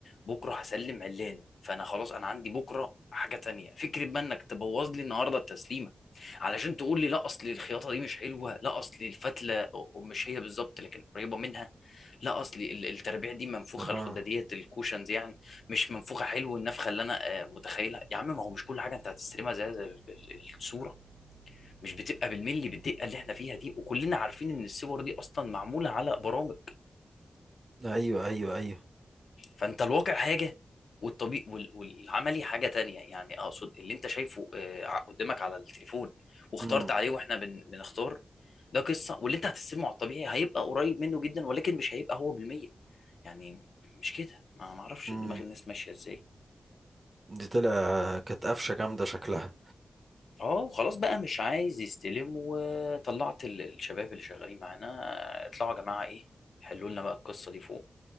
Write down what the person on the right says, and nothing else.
اه
ايوه ايوه ايوه
امم
امم
دي طلع كانت قفشه جامده شكلها